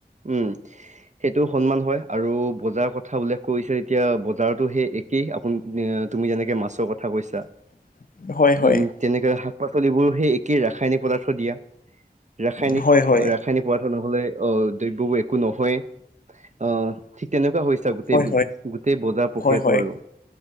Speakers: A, on the right; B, on the left.
A: উম, সেইটো সন্মান হয় আৰু বজাৰৰ কথা উল্লেখ কৰিছে যেতিয়া বজাৰতো সেই কি আপুনি তুমি যেনেকে মাছৰ কথা কৈছা।
B: <inaudible> হয়
A: উম তেনেকৈ শাক পাচলিবোৰ সেই ৰাসায়নিক পদাৰ্থ দিয়া ৰাসায়নিক,
B: হয় হয় হয়
A: সানি পোৱা থ নহলে অ দ্ৰব্যবোৰ একো নহয়েই। অহ ঠিক তেনেকুৱা হৈছো গোটেই
B: হয়
A: গোটেই বজাৰ প্ৰক্ৰিয়াটো
B: হয় হয়
A: আৰু